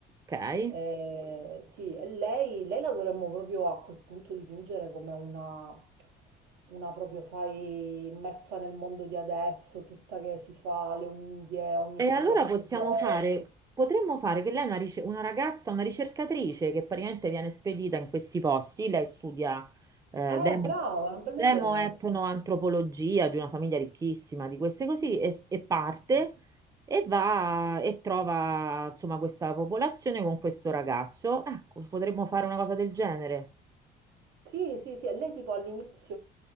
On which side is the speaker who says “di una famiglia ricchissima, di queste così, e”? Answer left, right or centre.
Right